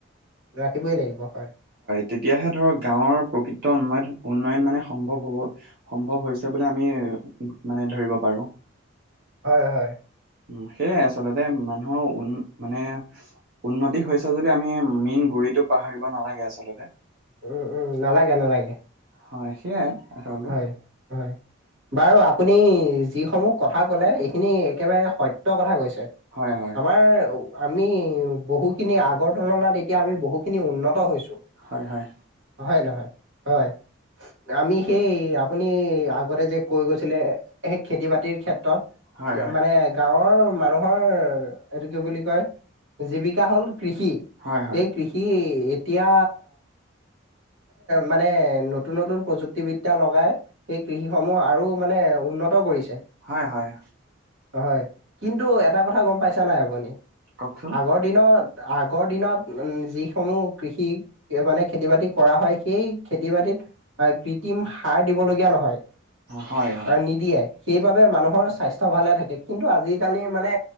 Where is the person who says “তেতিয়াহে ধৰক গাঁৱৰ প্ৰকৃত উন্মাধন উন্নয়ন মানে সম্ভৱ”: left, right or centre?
Right